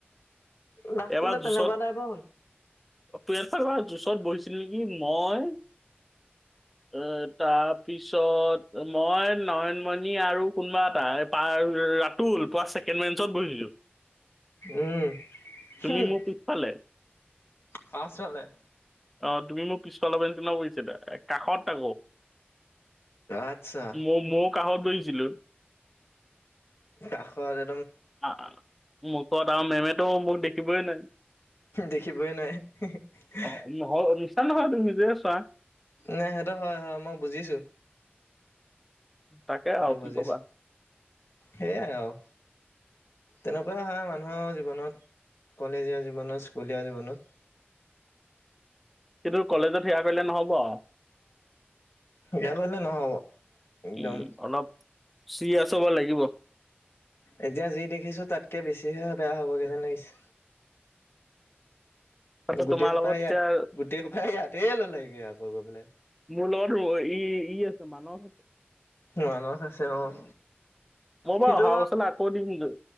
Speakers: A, on the left; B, in the centre.
A: লাষ্টলে
B: এবাৰ
A: তেনেকুৱা
B: জোচত',
A: টাইপৰ হ'ল
B: টুৱেলভত এবাৰ জোচত বহিছিলোঁ নেকি মই? এ', তাৰপিছত মই নয়নমণি আৰু কোনোবা এটা, পাৰ', - ৰৰৰ', ৰাতুল, নোপোৱা ছেকেঞ্চত বহিছিলোঁ',
A: উম', -
B: তুমি
A: হুম',
B: মোৰ পিছফালে
A: পাছফালে',
B: অ', তুমি মোৰ পিছফালৰ বেঞ্চখনত বহিছিলে, এ', কাষত তাকৌ',
A: আচ্ছা
B: মই-মইও কাষত বহিছিলোঁ',
A: কাষতে',
B: অহ', মুখত আৰু মে'মেতো মোক দেখিবই নোৱাৰে',
A: দেখিবই নোৱাৰে হিহি',
B: অ নহয়, মিছা নহয় তুমি নিজেই চোৱা',
A: নাই সেইটো হয়', -হয়', মই বুজিছোঁ,
B: তাকে
A: সেইটো
B: আৰু কি
A: বুজিছোঁ',
B: কবা
A: সেইয়াই আৰু', তেনেকুৱা হয় মানুহৰ জীৱনত, কলেজীয়া জীৱনত, স্কুলীয়া জীৱনত',
B: কিন্তু কলেজত সেয়া কৰিলে নহ'ব আৰু',
A: বেয়া কৰিলে নহ'ব, একদম',
B: উম অলপ, ছিৰিয়াছ হ'ব লাগিব',
A: এতিয়া যি দেখিছোঁ, তাতকে বেছিহে বেয়া হ'বগে যেন লাগিছে',
B: তাতে
A: গোটে
B: তোমাৰ
A: সোপা
B: লগত
A: ইয়াত,
B: এতিয়া
A: গোটেই সোপাই ইয়াতে ল'লেগে আকৌ গৈ পেলাই',
B: মোৰ লগৰটো ই', - ই', আছে, মানস আছে',
A: মানস আছে, অ',
B: মই
A: সিটো
B: বাৰু অহা বছৰলৈ আকৌ দিম যে,